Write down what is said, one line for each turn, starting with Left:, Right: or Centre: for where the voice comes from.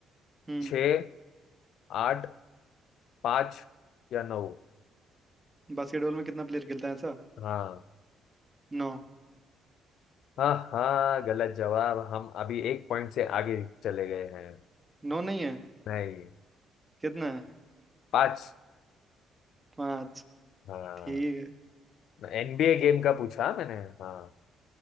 Right: हम्म
Left: छः आठ पाँच या नौ
Right: बास्केटबॉल में कितना प्लेयर खेलता है ऐसा
Left: हाँ
Right: नौ
Left: हाँ हाँ गलत जवाब हम अभी एक पॉइंट से आगे चले गए हैं
Right: नौ नहीं है
Left: नहीं
Right: कितना है
Left: पाँच
Right: पांच
Left: हाँ
Right: ठीक है
Left: एनबीए गेम का पूछा मैंने हाँ